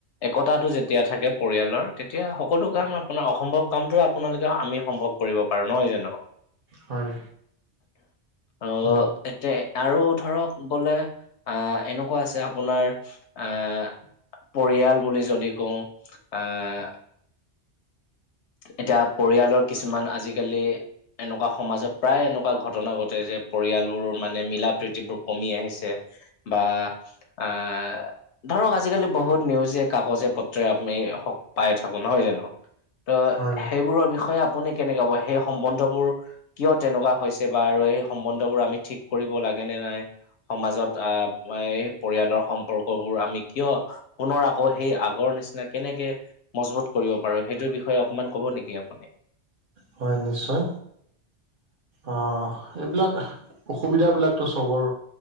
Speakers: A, on the left; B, on the right.
A: একতাটো যেতিয়া থাকে পৰিয়ালৰ তেতিয়া সকলো কাম আপোনাৰ অসম্ভৱ- কামো আপোনালোকে আমি সম্ভৱ কৰিব পাৰো নহয় জানো।
B: হয়।
A: অ।
B: হয়
A: এতিয়া আৰু ধৰক বোলে আহ এনেকুৱা আছে আপোনাৰ- আহ, পৰিয়াল বুলি যদি কওঁ আহ- এতিয়া পৰিয়ালৰ কিছুমান আজিকালি- এনেকুৱা সমাজত প্ৰায় এনেকুৱা ঘটনা ঘটে যে পৰিয়ালবোৰ মানে মিল প্ৰীতি বোৰ কমি আহিছে- বা আ- ধৰক আজিকালি বহুত নিউজে কাগজে পত্ৰয়ে আমি পাই থাকো নহয় জানো। ত
B: হয়
A: সেইবোৰৰ বিষয়ে আপুনি কেনেকা ক সেই সম্বন্ধবোৰ- কিয় তেনেকুৱা হৈছে বা আৰু এই সম্বন্ধ বোৰ আমি ঠিক কৰিব লাগে নে নাই- সমাজত আহ পৰিয়ালৰ সম্পৰ্ক বোৰ আমি- কিয় পুনৰ আকৌ সেই আগৰ নিচিনা কেনেকে মজবুত কৰিব পাৰো সেইটোৰ বিষয়ে- অকণমান ক'ব নেকি আপুনি?
B: হয় নিশ্চয়। অ এইবিলাক অসুবিধা বিলাকতো চবৰ।